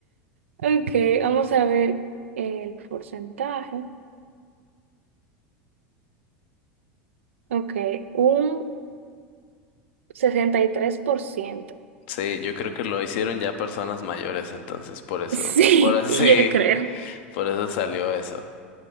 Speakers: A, on the right; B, on the left.
A: Ok, vamos a ver el porcentaje. Ok, un 63%.
B: sí, yo creo que lo hicieron ya personas mayores, entonces por eso,
A: Sí,
B: por <laughs> así,
A: yo creo.
B: por eso salió eso.